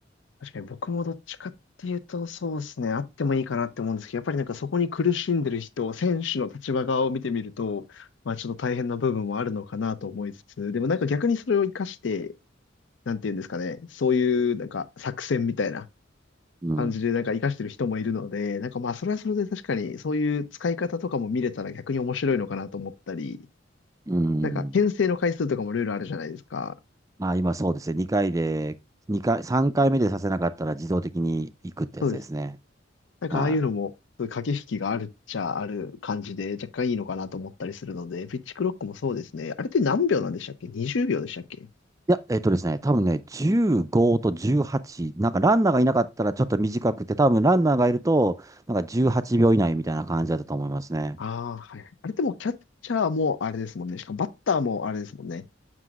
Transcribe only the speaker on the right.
うん。
うん。
まあ、今そうですね。2回で、二回、3回目でさせなかったら自動的に行くってやつですね。
は
い。いや、えっとですね、多分ね、15と18、なんかランナーがいなかったらちょっと短くて、多分ランナーがいると、なんか18秒以内みたいな感じだったと思いますね。